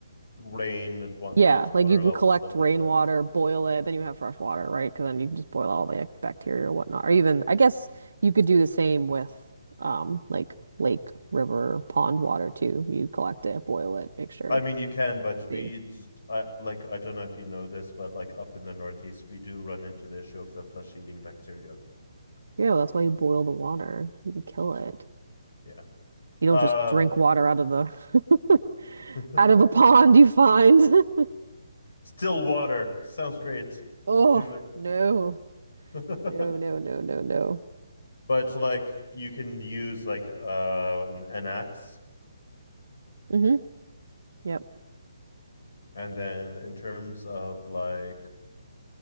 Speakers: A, on the left; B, on the right.
A: rain and whatnot,
B: Yeah, like
A: water
B: you can
A: levels,
B: collect
A: stuff
B: rainwater,
A: like that.
B: boil it, then you have fresh water, right? Because then you can just boil all the like, bacteria or whatnot. Or even, I guess you could do the same with um like lake, river, pond water too. You collect it, boil it, make sure
A: I
B: it's
A: mean, you can, but we
B: safe.
A: just, I like I don't know if you know this, but like up in the Northeast, we do run into the issue of the flesh-eating bacteria.
B: Yeah, that's why you boil the water. You can kill it.
A: Yeah, yeah.
B: You
A: Um,
B: don't just drink water out of the <laughs>
A: <laughs>
B: out of a pond you find. <laughs>
A: still water sounds great.
B: Oh,
A: Do
B: no.
A: it.
B: No,
A: <laughs>
B: no, no, no, no.
A: But like you can use like uh an, an axe
B: Mm-hmm. Yep.
A: and then in terms of like